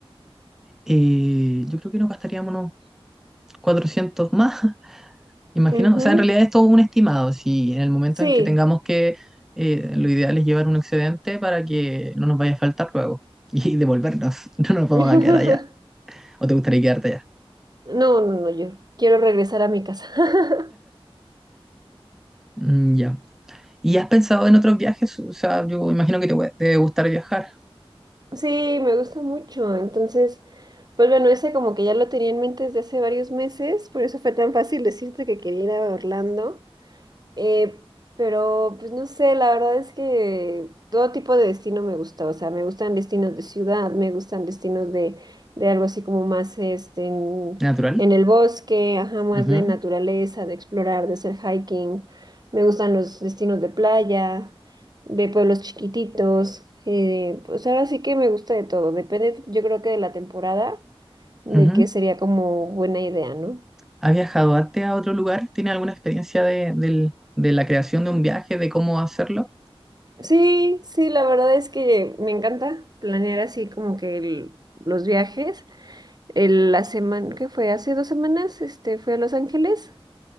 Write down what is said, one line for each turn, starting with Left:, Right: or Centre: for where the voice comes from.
Centre: eh, yo creo que nos gastaríamos unos 400 más, <laughs> imagina.
Right: Ujú,
Centre: O sea, en realidad es todo un estimado. Si en el momento
Right: Sí.
Centre: en que tengamos que, eh, lo ideal es llevar un excedente para que no nos vaya a faltar luego y <laughs> devolvernos. No nos vamos
Right: <laughs>
Centre: a quedar allá. ¿O te gustaría quedarte allá?
Right: No, no, no, yo quiero regresar a mi casa. <laughs>
Centre: Mm, ya. ¿Y has pensado en otros viajes? O sea, yo imagino que te, gu- te debe gustar viajar.
Right: Sí, me gusta mucho. Entonces, pues bueno, ese como que ya lo tenía en mente desde hace varios meses, por eso fue tan fácil decirte que quería ir a Orlando. Eh, pero, pues no sé, la verdad es que todo tipo de destino me gusta, o sea, me gustan destinos de ciudad, me gustan destinos de, de algo así como más este, en,
Centre: Natural.
Right: en el bosque, ajá, más
Centre: Ujú,
Right: de naturaleza, de explorar, de hacer hiking, me gustan los destinos de playa, de pueblos chiquititos, eh, pues ahora sí que me gusta de todo, depende, yo creo que de la temporada, de
Centre: ujú.
Right: qué sería como buena idea, ¿no?
Centre: ¿Has viajado antes a otro lugar? ¿Tienes alguna experiencia de, del- de la creación de un viaje, de cómo hacerlo?
Right: Sí, sí, la verdad es que me encanta planear así como que el- los viajes. El- la semana que fue hace dos semanas, este, fui a Los Ángeles